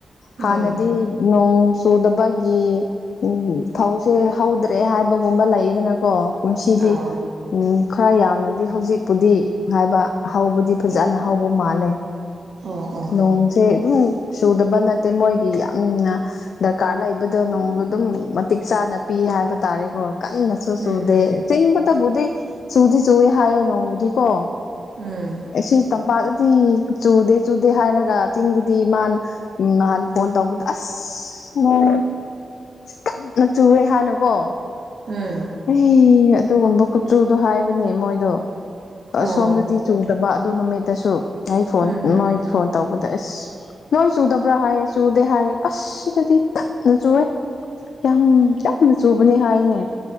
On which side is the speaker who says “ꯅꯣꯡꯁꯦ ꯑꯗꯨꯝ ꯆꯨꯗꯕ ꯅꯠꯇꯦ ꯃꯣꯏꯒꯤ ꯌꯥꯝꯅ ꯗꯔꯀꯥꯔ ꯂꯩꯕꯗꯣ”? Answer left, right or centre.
Left